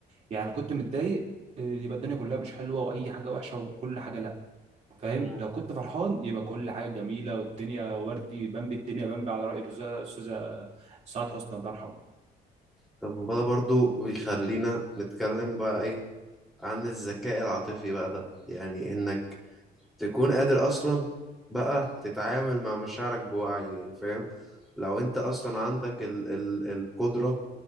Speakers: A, on the right (about 40°); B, in the centre.
A: يعني لو كنت متضايق آه، يبقى الدنيا كلها مش حلوه واي حاجه وحشه وكل حاجه لا فاهم
B: مم.
A: لو كنت فرحان يبقى كل حاجه جميله والدنيا وردي بمبي الدنيا بمبي على راي الاستاذه الأستاذة سعاد حسني الله يرحمه
B: طب وده برضو بيخلينا نتكلم بقى ايه عن الذكاء العاطفي بقى ده يعني انك تكون قادر اصلا بقى تتعامل مع مشاعرك بوعي يعني فاهم لو انت اصلا عندك ال ال القدرة